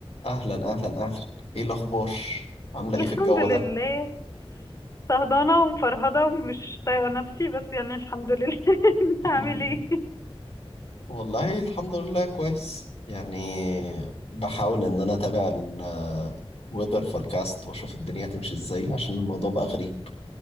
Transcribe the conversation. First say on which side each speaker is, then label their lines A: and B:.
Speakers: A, on the left; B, on the left.
A: اهلا اهلا اهلا ايه الاخبار عامله ايه
B: الحمد
A: في الجو
B: لله
A: ده
B: صهدانة ومفرهدة ومش طايقة نفسي بس يعني الحمد لله <laughs> انت
A: <laughs>
B: عامل ايه
A: والله الحمد لله كويس يعني بحاول ان انا اتابع الويذر فوركاست واشوف الدنيا هتمشي ازاي عشان الموضوع بقى غريب